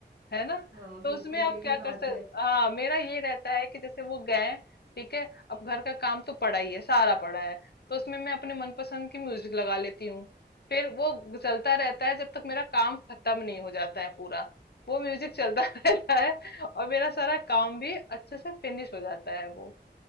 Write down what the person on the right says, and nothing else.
हाँ
बिल्कुल
ये
भी बात